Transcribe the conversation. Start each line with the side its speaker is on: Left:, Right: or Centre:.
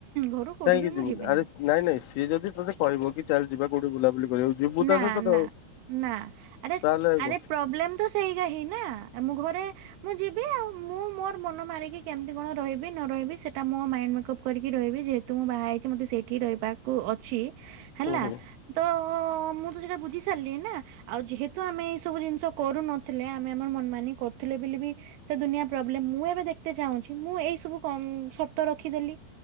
Right: ଘରୁ କୋଉଠି
Left: କାହିଁକି
Right: ବି ମୁଁ
Left: ଯିବୁନି?
Right: ଯିବିନି
Left: ଆରେ ନାଇଁ ନାଇଁ ସିଏ ଯଦି ତୋତେ କହିବ କି ଚାଲ ଯିବା କୋଉଠି ବୁଲା ବୁଲି କରିବାକୁ ଯିବୁ ତା
Right: ନା
Left: ସହିତ
Right: ନା
Left: ଆଉ
Right: ନା, ଆରେ
Left: ତାହେଲେ ହୁଁ
Right: ଆରେ ପ୍ରୋବ୍ଲେମ ତ ସେଇଟା ହିଁ ନା। ଆ ମୁଁ ଘରେ ମୁଁ ଯିବି ଆଉ। ମୁଁ ମୋର ମନ ମାରିକି କେମିତି କଣ ରହିବି ନ ରହିବି ସେଟା ମୋ ମାଇଣ୍ଡ ମେକପ୍ କରିକି ରହିବି। ଯେହେତୁ ମୁଁ ବାହା ହେଇଚି ମତେ ସେଇଠି ହିଁ ରହିବାକୁ ଅଛି ହେଲା।
Left: ହୁଁ
Right: ତ ଓ ମୁଁ ତ ସେଇଟା ବୁଝି ସାରିଲିଣି ନା। ଆଉ ଯେହେତୁ ଆମେ ଏଇ ସବୁ ଜିନିଷ କରୁନୁ ଥିଲେ ଆମେ ଆମର ମନ ମାନି କରୁଥିଲେ ବୋଲି ବି ସେ ଦୁନିଆ ପ୍ରୋବ୍ଲେମ୍। ମୁଁ ଏବେ ଦେଖିତେ ଚାହୁଁଚି ମୁଁ ଏଇସବୁ କ ସର୍ତ ରଖିଦେଲି।